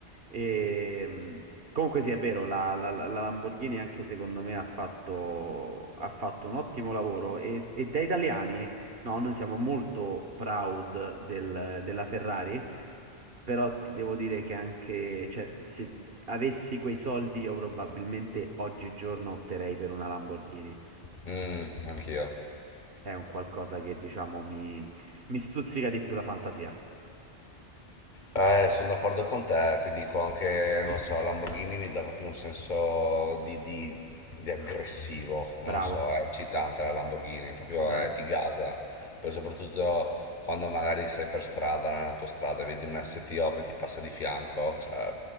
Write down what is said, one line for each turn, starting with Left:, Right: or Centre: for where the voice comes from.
Right: E, mh, comunque sì, è vero, la, la- la Lamborghini anche secondo me ha fatto, ha fatto un ottimo lavoro e, e da italiani, no, noi siamo molto proud del- della Ferrari, però ti devo dire che anche, cioè, se avessi quei soldi io probabilmente oggigiorno opterei per una Lamborghini.
Left: Mm, anch'io.
Right: È un qualcosa che diciamo mi mi stuzzica di più la fantasia.
Left: Eh, sono d'accordo con te, ti dico anche, non so, la Lamborghini mi dà proprio un senso di, di- di aggressivo,
Right: Bravo,
Left: non lo so, è eccitante la Lamborghini, proprio
Right: bravo.
Left: eh, ti gasa, poi soprattutto quando magari sei per strada, nell'autostrada, e vedi un STO che ti passa di fianco, cioè,